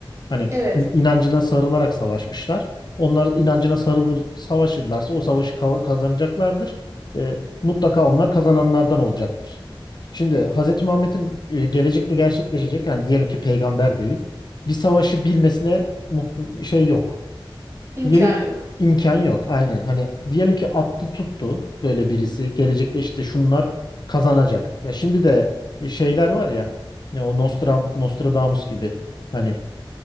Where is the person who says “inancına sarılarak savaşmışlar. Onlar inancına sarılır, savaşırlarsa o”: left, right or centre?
Left